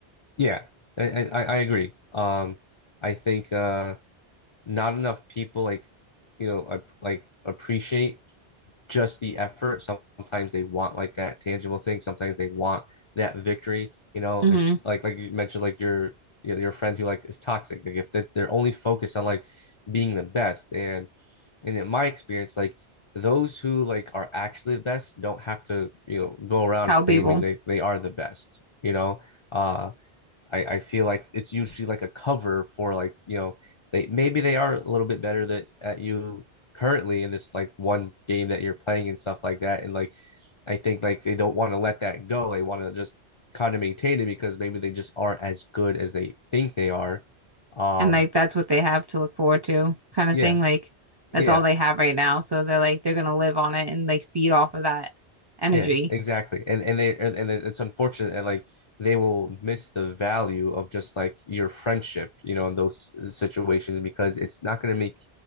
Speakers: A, on the left; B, on the right.
A: yeah. I, I I agree. Um, I think uh, not enough people like you know ap- like appreciate just the effort. Sometimes they want like that tangible thing. Sometimes they want that victory. You know,
B: hmm
A: it's like like you mentioned, like your you know, your friend who like is toxic. Like if they, they're only focused on like being the best and And in my experience, like those who like are actually the best don't have to, you know, go around
B: Tell
A: claiming
B: people.
A: they they are the best, you know. Uh I, I feel like it's usually like a cover for like, you know, they maybe they are a little bit better that at you currently in this like one game that you're playing and stuff like that. And like I think like they don't want to let that go. They want to just kind of maintain it because maybe they just aren't as good as they think they are. Um
B: And like that's what they have to look forward to kind of
A: yeah.
B: thing. Like
A: Yeah.
B: that's all they have right now. So they're like they're gonna live on it and like feed off of that energy.
A: Yeah, exactly. And and they and, and it's unfortunate and like they will miss the value of just like your friendship, you know, in those situations because it's not going to make